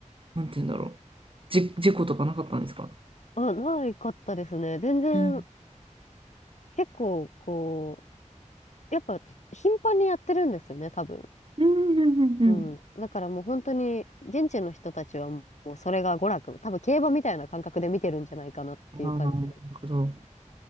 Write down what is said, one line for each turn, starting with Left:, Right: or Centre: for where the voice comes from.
Right: なんて言うんだろう。じ、事故とかなかったんですか
Left: あ、ないかったですね。全然、
Right: うん、
Left: 結構、こう、やっぱ、頻繁にやってるんですよね、多分。
Right: うん、うん、うん。
Left: うん。だからもう本当に、現地の人たちはもうそれが娯楽、多分競馬みたいな感覚で見てるんじゃないかなっていう感じの。
Right: ああ、なるほど。